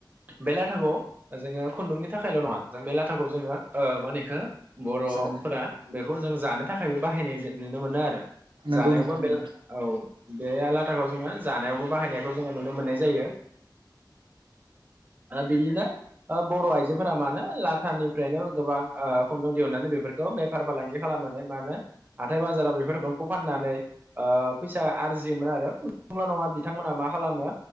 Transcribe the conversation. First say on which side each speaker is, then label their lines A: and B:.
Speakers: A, on the right; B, on the right.
A: बे लाथखौ ओ जोङो खुन्दुंनि थाखायल नङा जों बे लाथाखौ जोङो ओ मा होनो बेखौ बर'फोरा
B: जानो
A: बेखौ जों जानो थाखायबो बाहायनाय जा नुनो मोनो आरो।
B: नंगौ
A: जानायावबो
B: नोंथां
A: बे
B: नंगौ
A: ला औ बे आ लाथाखौ जोङो जानायावबो बाहायनायखौ जोङो नुनो मोननाय जायो। ओ बिदिनो ओ बर' आइजो फोरा मानो लाथानिफ्रायनो गोबां ओ खुन्दुं दिहुननानै बेफोरखौ बे फार फालांगि खालामनानै मानो हाथाय बाजाराव बेफोर खुन्दुंखौ फाननानै ओ फैसा आरजियोमोन आरो नंगौना नङा बिथांमोना मा मा खालामो